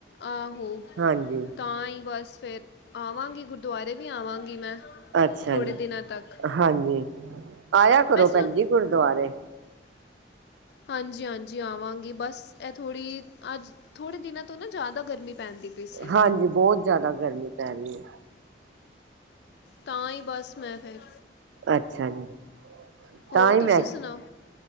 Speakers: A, on the left (about 60°); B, on the right (about 80°).
A: ਆਹੋ,
B: ਹਾਂਜੀ
A: ਤਾਂ ਹੀ ਬਸ ਫਿਰ ਆਵਾਂਗੀ, ਗੁਰਦੁਆਰੇ ਵੀ ਆਵਾਂਗੀ ਮੈਂ
B: ਅੱਛਾ
A: ਥੋੜ੍ਹੇ
B: ਜੀ,
A: ਦਿਨਾਂ ਤੱਕ
B: ਹਾਂਜੀ, ਆਇਆ ਕਰੋ
A: ਮੈਂ ਸੁਣ
B: ਭੈਣ ਜੀ ਗੁਰਦੁਆਰੇ।
A: ਹਾਂਜੀ-ਹਾਂਜੀ ਆਵਾਂਗੀ ਬਸ, ਇਹ ਥੋੜ੍ਹੀ ਅੱਜ, ਥੋੜੇ ਦਿਨਾਂ ਤੋਂ ਨਾ ਜ਼ਿਆਦਾ ਗਰਮੀ ਪੈਂਦੀ ਪਈ ਸੀ
B: ਹਾਂਜੀ, ਬਹੁਤ ਜਿਆਦਾ ਗਰਮੀ ਪੈ ਰਹੀ ਏ।
A: ਤਾਂ ਹੀ ਬਸ ਮੈਂ ਫਿਰ,
B: ਅੱਛਾ ਜੀ।
A: ਹੋਰ
B: ਤਾਂ ਹੀ
A: ਤੁਸੀਂ
B: ਮੈਂ
A: ਸੁਣਾਓ?